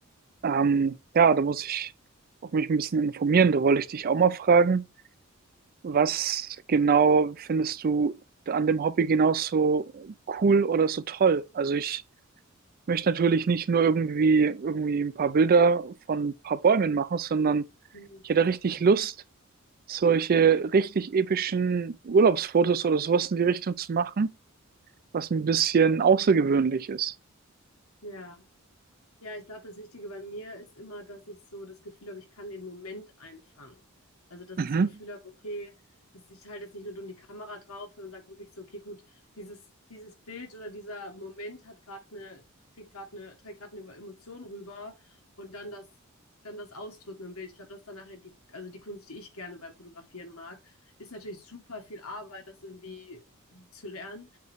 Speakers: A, on the right (about 45°); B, on the left (about 80°).
A: Ähm, ja, da muss ich auch mich ein bisschen informieren. Da wollte ich dich auch mal fragen, was genau findest du an dem Hobby genauso cool oder so toll? Also ich möchte natürlich nicht nur irgendwie, irgendwie ein paar Bilder von ein paar Bäumen machen, sondern
B: Mhm.
A: ich hätte richtig Lust, solche richtig epischen Urlaubsfotos oder sowas in die Richtung zu machen, was ein bisschen außergewöhnlich ist.
B: Ja. Ja, ich glaube, das Wichtige bei mir ist immer, dass ich so das Gefühl habe, ich kann den Moment einfangen. Also, dass
A: Mhm.
B: ich das Gefühl habe, okay, es, ich halte jetzt nicht nur dumm die Kamera drauf, sondern sage wirklich so, okay, gut, dieses, dieses Bild oder dieser Moment hat gerade eine, kriegt gerade eine, trägt gerade eine Über- Emotion rüber und dann das, dann das Ausdrücken im Bild. Ich glaube, das ist dann nachher die, also die Kunst, die ich gerne beim Fotografieren mag, ist natürlich super viel Arbeit, das irgendwie zu lernen.